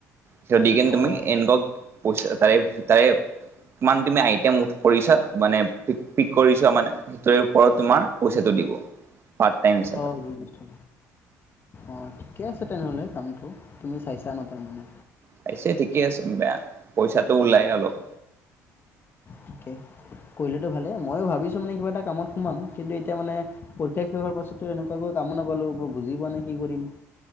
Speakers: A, on the right (about 40°); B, on the left (about 35°).
A: তেখেত দি কিনে তুমি
B: অঁ
A: এনেকুৱা পইচা তাৰে তাৰে। কিমান তুমি আইটেম কৰিছা মানে প পিক কৰিছা মানে সেইটোৰ ওপৰত তোমাৰ পইচাটো দিব। <inaudible> হিচাপে
B: অঁ বুজিছো অঁ ঠিকে আছে। তেনেহ'লে দামটো তুমি চাইছা ন তাৰমানে।
A: পাইছে ঠিকে আছে বেয়া পইচাটো ওলাই অলপ।
B: ঠিকেই। কৰিলেতো ভালেই ময়ো ভাবিছোঁ মানে কিবা এটা কামত সোমাম কিন্তু এতিয়া মানে পৰীক্ষা শেষ হোৱাৰ পাছতো এনেকুৱাকৈ। কাম নাপালো মই বুজি পোৱা নাই কি কৰিম